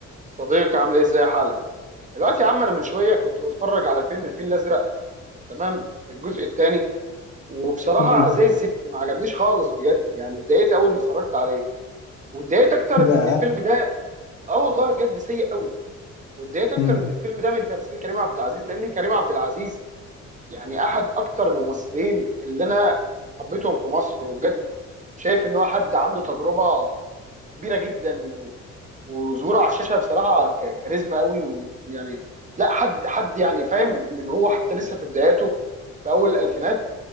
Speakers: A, on the right; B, on the left.
A: صديقي عامل ايه ازاي حالك دلوقتي يا عم انا من شويه كنت بتفرج على فيلم الفيل الازرق تمام الجزء الثاني وبصراحه
B: امم
A: زي الزفت ما عجبنيش خالص بجد يعني اتضايقت اول اني اتفرجت عليه واتضايقت اكتر
B: يا
A: ان الفيلم ده اه والله بجد سيء قوي واتضايقت اكتر
B: امم
A: ان الفيلم ده من تمثيل كريم عبد العزيز لان كريم عبد العزيز يعني احد اكتر الممثلين اللي انا حبيتهم في مصر وبجد شايف ان هو حد عنده تجربه كبيره جدا وظهوره على الشاشه بصراحه ك- كاريزما قوي ويعني لا حد حد يعني فاهم من هو حتى لسه في بداياته في اول الالفينات